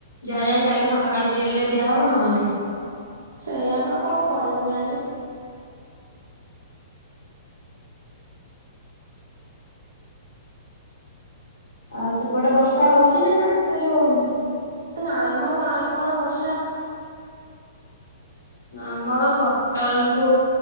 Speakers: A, on the left (about 80°); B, on the right (about 60°).
A: ଯାହା ଯାଇକି କାଲି ସକାଳୁ ଦେଲେ ଦିଆହବ ନହେଲେ ନାଇଁ।
B: ସେଇଆ ପା କଣ କରିବୁ କେୟାଣି।
A: ଆଉ ସେପଟେ ବର୍ଷା ହୋଉଚି ନା ନା ଟୋଟାଲି ହୋଉନି?
B: ନାଇଁ ମ କାଇଁ କଣ ବର୍ଷା।
A: ଆମର ସକାଳଠୁ